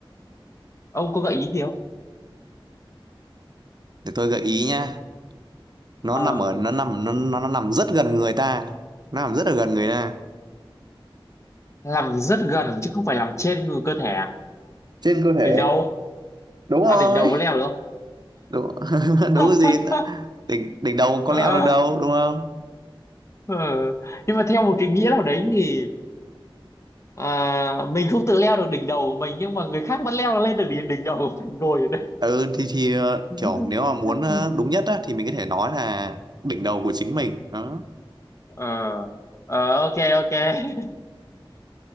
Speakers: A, on the left; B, on the right.
A: ông có gợi ý gì không
B: Để tôi gợi ý nha. Nó
A: Ờ,
B: nằm ở nó nằm nó nó, nó nằm rất gần người ta. Nó nằm rất là gần người ta.
A: làm rất gần chứ không phải làm trên người cơ thể à
B: Trên cơ thể.
A: đỉnh đầu
B: Đúng rồi.
A: à đỉnh đầu có leo được không
B: đúng <laughs> đúng
A: <laughs>
B: cái gì đỉnh đỉnh đầu có
A: Ờ,
B: leo được đâu đúng không
A: ờ. nhưng mà theo một cái nghĩa nào đấy thì à, mình không tự leo được đỉnh đầu của mình nhưng mà người khác vẫn leo lên được đỉnh đỉnh đầu của mình ngồi ở đây
B: ừ thì thì ờ,
A: <laughs>
B: kiểu nếu mà muốn ờ, đúng nhất á, thì mình có thể nói là đỉnh đầu của chính mình đó
A: ờ ờ, ok ok <laughs>